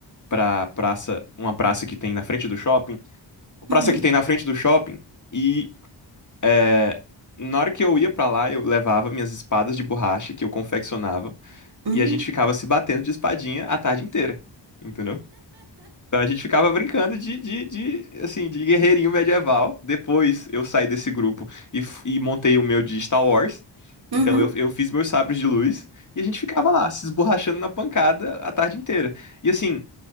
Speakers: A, on the left (about 40°); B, on the right (about 60°).
A: pra praça, uma praça que tem na frente do shopping, uma praça
B: Uhum.
A: que tem na frente do shopping, e é, na hora que eu ia pra lá, eu levava minhas espadas de borracha que eu confeccionava,
B: Hum,
A: e a gente ficava se batendo de espadinha a tarde inteira, entendeu? Então a gente ficava brincando de, de, de, assim, de guerreirinho medieval. Depois eu saí desse grupo e, f- e montei o meu de Star Wars. Então
B: uhum.
A: eu, eu fiz meus sabres de luz e a gente ficava lá, se esborrachando na pancada a tarde inteira. E assim,